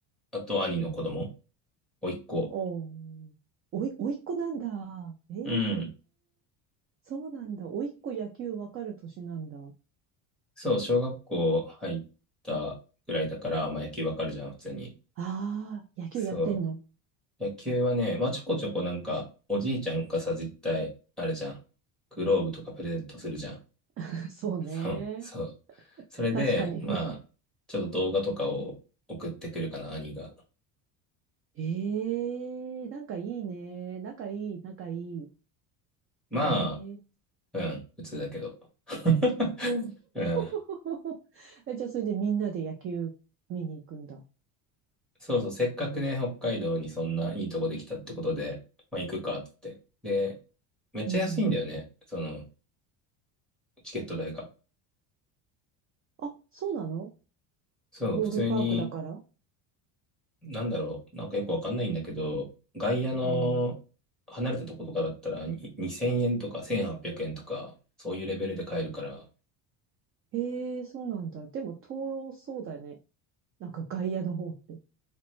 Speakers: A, in the centre; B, on the right.
A: あと兄の子供、
B: うん。
A: 甥っ子。
B: おー、おい、おいっ子なんだ。ええ
A: うん。
B: そうなんだ。おいっ子野球わかる年なんだ。あ
A: そう、小学校入ったぐらいだから、まあ野球わかるじゃん、普通に。
B: あ、野球やってんの
A: そう。野球はね、まあちょこちょこなんか、おじいちゃんがさ、絶対、あれじゃん。グローブとかプレゼントするじゃん。
B: <laughs> そうね。
A: そう、そう。それで、
B: 確かに。
A: まあ、ちょっと動画とかを送ってくるかな、兄が。
B: ええ仲いいね。仲いい、仲いい。
A: まあ、
B: ええ
A: うん、普通だけど。<laughs> うん。
B: <laughs> え、じゃあ、それでみんなで野球見に行くんだ。
A: <laughs> そうそう、せっかくね、北海道にそんないいとこできたってことで、まあ行くかっつって。で、めっちゃ安いんだよね、
B: うん。
A: その、チケット代が。
B: あ、そうなの
A: そう、
B: ボールパークだから。
A: 普通に、なんだろう、なんかよくわかんないんだけど、外野の離れたとことかだったらに2000円とか1800円とか、
B: うん。
A: そういうレベルで買えるから、
B: ええそうなんだ。でも、遠そうだよね。なんか外野の方って。